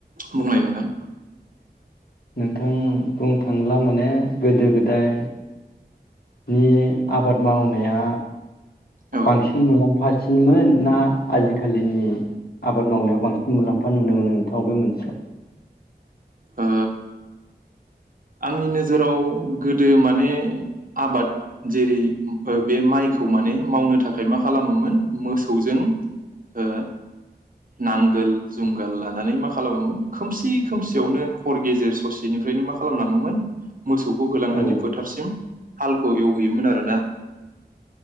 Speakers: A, on the right (about 55°); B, on the left (about 60°).
A: बुंलाय नोंथां?
B: नोंथां बुंनो थाङोब्ला माने गोदो गोदाय नि आबाद मावनाया
A: औ ओ
B: बांसिन मुलाम्फा ज सिनमोन ना आजिखालिनि आबाद मावनायाव बांसिन मुलाम्फा नुनो मोनो नों? थाव बे मोनसे
A: ओ। आंनि नोजोराव गोदो माने आबाद जेरै ओ बे माइखौ माने मावनो थाखाय मा खालामोमोन मोसौजों ओ नांगोल जुंगाल लानानै मा खालामोमोन खोमसि खोमसियावनो हर गेजेर ससेनिफ्रायनो मा खालामलाङोमोन मोसौखौ होलांनानै
B: औ
A: फोथारसिम हालखौ एवहैयोमोन आरो ना।